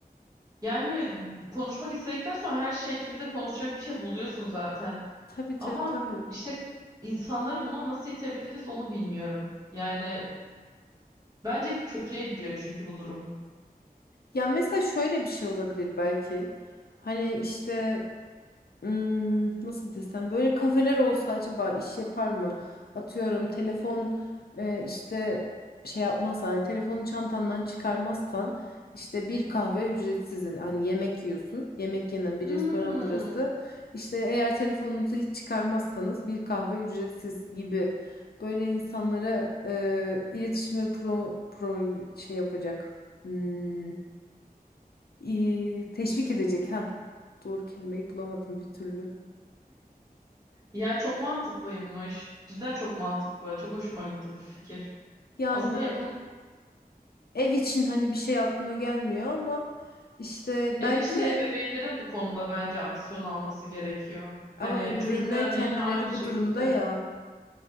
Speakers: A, on the right (about 25°); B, on the left (about 80°).
A: Yani konuşmak istedikten sonra her şekilde konuşacak bir şey buluyorsun zaten.
B: Tabii tabii
A: Ama
B: tabii.
A: işte insanları buna nasıl itebiliriz onu bilmiyorum. Yani bence kötüye gidiyor çünkü bu durum.
B: Ya mesela şöyle bir şey olabilir belki. Hani işte Hmm, nasıl desem böyle kafeler olsa acaba iş yapar mı? Atıyorum telefon e, işte şey yapmaz hani telefonu çantandan çıkarmazsan işte bir kahve ücretsiz hani yemek yiyorsun. Yemek yenen bir
A: Hmm.
B: restoran burası. işte eğer telefonunuzu hiç çıkarmazsanız bir kahve ücretsiz gibi böyle insanlara e, iletişime pro, pro şey yapacak. Hmm, i- teşvik edecek ha. Doğru kelimeyi bulamadım bir türlü.
A: Ya çok mantıklıymış. Cidden çok mantıklı. Çok hoşuma gitti bu fikir.
B: Yani
A: Aslında yapılan
B: ev için hani bir şey aklıma gelmiyor ama işte
A: ev
B: belki
A: içinde ebeveynlerin bu konuda bence aksiyon alması gerekiyor. Hani
B: ama ebeveynler
A: çocuklarına
B: kendileri
A: yine aynı şekilde.
B: bu durumda ya.